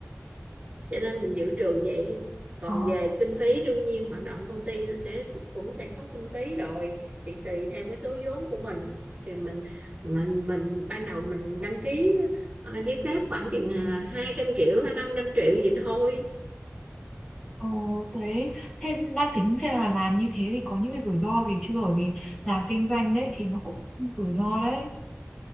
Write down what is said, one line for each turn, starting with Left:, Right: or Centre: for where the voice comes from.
Right: cho nên mình dự trù vậy còn
Left: ờ,
Right: về kinh phí đương nhiên hoạt động công ty nó sẽ cũng sẽ có kinh phí rồi thì tùy theo cái số vốn của mình thì mình mình mình ban đầu mình đăng ký ờ, giấy phép khoảng chừng à, 200 triệu hay 500 triệu gì thôi
Left: ờ, đấy thế đã tính xem là làm như thế thì có những cái rủi ro gì chưa bởi vì làm kinh doanh đấy thì nó cũng rủi ro đấy